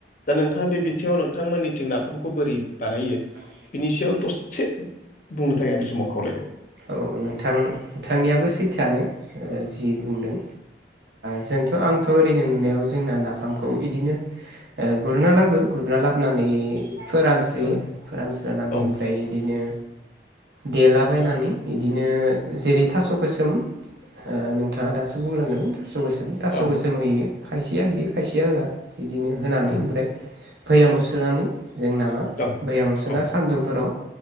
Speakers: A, on the left (about 45°); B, on the right (about 70°).
A: दा नोंथाङा बे बिथिङाव नोंथांमोननि जों नाफामखौ बोरै बानायो
B: औ
A: बिनि सायाव दसे बुंनो थाखाय बे समाव खावलायबाय
B: औ नोंथां नोंथांनियाबो सैथोआनो ओ जि बुंदों जोंथ' आंथ' ओरैनो नुनायाव जोंना नाफामखौ इदिनो गुरना लाबो गुरना लाबो नानै फोरानस्रोयो
A: औ
B: फोरानस्रोनानै
A: औ
B: ओमफ्राय बिदिनो देलाबायनानै बिदिनो जेरै थास' गोसोम ओ नोंथाङा दासो बुंलांदोंमोन थास' गोसोम थास'
A: औ
B: गोसोम होयो खायसेया होयो खायसेया होआ बिदिनो होनानै
A: औ
B: ओमफ्राय भयामाव सोनानै जोंना मा
A: औ
B: भैयामाव सोनानै
A: ओं
B: सान्दुंफोराव